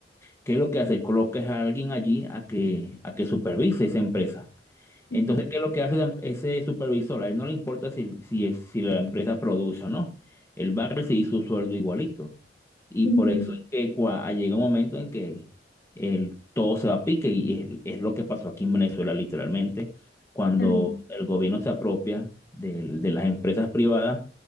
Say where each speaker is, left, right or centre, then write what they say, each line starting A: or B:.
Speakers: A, on the left; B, on the left.
A: ¿Qué es lo que hace? Colocas a alguien allí a que, a que supervise esa empresa. Entonces,
B: ujú,
A: ¿qué es lo que hace esa- em-, ese supervisor? A él no le importa si, si, si la empresa produce o no. Él va a recibir su sueldo igualito. Y
B: ujú,
A: por eso es que cua- llega un momento en que el, todo se va a pique y es, es lo que pasó aquí en Venezuela literalmente. Cuando
B: ujú,
A: el gobierno se apropia del- de, las empresas privadas,